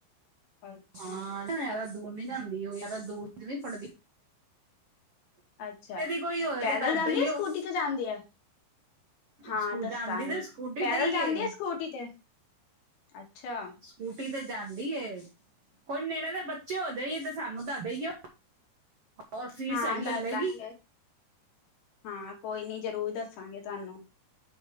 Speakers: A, on the left; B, on the right.
A: ਅੱਛਾ
B: ਹਾਂ ਐ ਤਾਂ ਹੈਗਾ ਦੂਰ ਨੀ ਜਾਂਦੀ ਉਹ ਜ਼ਿਆਦਾ ਦੂਰ ਨੀ ਪੜਦੀ।
A: ਅੱਛਾ,
B: ਕੋਈ ਹੋਏ
A: ਪੈਦਲ
B: ਤਾਂ ਦੱਸਦਾ
A: ਜਾਂਦੀ
B: ਹੀ
A: ਆ
B: ਉਹ
A: ਸਕੂਟੀ ਤੇ ਜਾਂਦੀ ਆ? ਹਾਂ
B: ਸਕੂਲ
A: ਦੱਸਾਂਗੀ,
B: ਜਾਂਦੀ ਤੇ ਸਕੂਟੀ
A: ਪੈਦਲ
B: ਤੇ ਹੀ
A: ਜਾਂਦੀ
B: ਏ
A: ਆ ਸਕੂਟੀ ਤੇ ਅੱਛਾ।
B: ਸਕੂਟੀ ਤੇ ਜਾਂਦੀ ਏ। ਹੁਣ ਨੇੜੇ ਦੇ ਬੱਚੇ ਹੋ ਜਾਈਏ ਤੇ ਸਾਨੂੰ ਦੱਸ ਦਈਓ, ਹੋਰ ਫੀਸ
A: ਹਾਂ
B: ਇਹੀ ਲੈਲੇਗੀ।
A: ਦੱਸ ਦਾਂਗੇ ਹਾਂ ਕੋਈ ਨੀ ਜ਼ਰੂਰ ਦੱਸਾਂਗੇ ਤੁਹਾਨੂੰ।